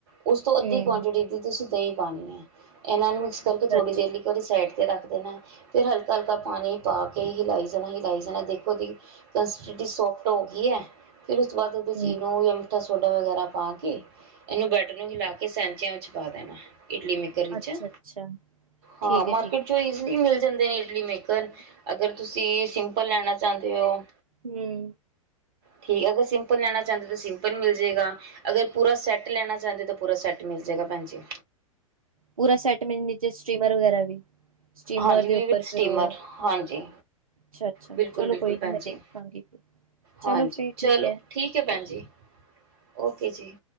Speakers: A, on the right (about 45°); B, on the right (about 80°).
A: ਉਸ ਤੋਂ ਅੱਧੀ
B: ਹੂੰ
A: ਕੁਆਂਟਿਟੀ ਦੀ ਤੁਸੀਂ ਦਹੀਂ ਪਾਂਣੀ ਐ, ਇਹਨਾਂ ਨੂੰ ਮਿਕਸ ਕਰਕੇ
B: ਅੱਛਾ-ਅੱਛਾ
A: ਥੋੜ੍ਹੀ ਦੇਰ ਲੀ ਉਹਨੂੰ ਸਾਈਡ ਤੇ ਰੱਖ ਦੇਣਾਂ, ਫਿਰ ਹਲਕਾ-ਹਲਕਾ ਪਾਣੀ ਪਾ ਕੇ ਹਿਲਾਈ ਜਾਣਾ, ਹਿਲਾਈ ਜਾਣਾ, ਦੇਖੋ ਬੀ ਕੰਸਟਿਡੀ ਸੋਫਟ ਹੋਗੀ ਐ, ਫਿਰ ਉਸ ਤੋਂ ਬਾਅਦ ਉਹਦੇ 'ਚ
B: ਹੂੰ
A: ਈਨੋ ਜਾ ਮਿਠਾ ਸੋ ਸੋਡਾ ਵਗੈਰਾ ਪਾ ਕੇ, ਇਹਨੂੰ ਬੈਟਰ ਨੂੰ ਹਿਲਾ ਕੇ ਸੈਂਚਿਆਂ ਵਿੱਚ ਪਾ ਦੇਣਾ, ਇਡਲੀ ਮਿਕਸ ਗਰਮੀ 'ਚ,
B: ਅੱਛਾ-ਅੱਛਾ
A: ਹਾਂ
B: ਠੀਕ
A: ਮਾਰਕਿਟ
B: ਐ-ਠੀਕ ਐ।
A: 'ਚੋ ਈਜ਼ਲੀ ਮਿਲ ਜਾਂਦੇ ਨੇ ਇਡਲੀ ਮੇਕਰ ਅਗਰ ਤੁਸੀਂ ਸਿੰਪਲ ਲੈਣਾ ਚਾਂਦੇ ਓ?
B: ਹਮ।
A: ਠੀਕ ਅਗਰ ਸਿੰਪਲ ਲੈਣਾ ਚਾਂਦੇ ਤੁਸੀਂ ਓਪਨ ਮਿਲ ਜੇਗਾ, ਅਗਰ ਪੂਰਾ ਸੈੱਟ ਲੈਣਾ ਚਾਂਦੇ ਤਾਂ ਪੂਰਾ ਸੈੱਟ ਮਿਲ ਜੇਗਾ ਭੈਣ ਜੀ।
B: ਪੂਰਾ ਸੈੱਟ ਮ ਨੀਚੇ ਸਟੀਮਰ ਵਗੈਰਾ ਵੀ, ਸਟੀਮਰ
A: ਹਾਂਜੀ
B: ਦੇ
A: ਵੀ
B: ਉੱਪਰ
A: ਵਿਦ ਸਟੀਮਰ
B: ਫਿਰ ਉਹ
A: ਹਾਂਜੀ
B: ਅੱਛਾ-ਅੱਛਾ
A: ਬਿਲਕੁਲ
B: ਚਲੋ
A: ਬਿਲਕੁਲ
B: ਕੋਈ
A: ਭੈਣ
B: ਨੀ, ਮੈਂ
A: ਜੀ
B: ਦੇਖਾਂਗੀ ਫਿਰ। ਚਲੋ
A: ਹਾਂਜੀ
B: ਫਿਰ
A: ਚਲੋ,
B: ਠੀਕ ਐ
A: ਠੀਕ
B: ਓਕੇ-ਓਕੇ
A: ਏ ਭੈਣ ਜੀ, ਓਕੇ ਜੀ।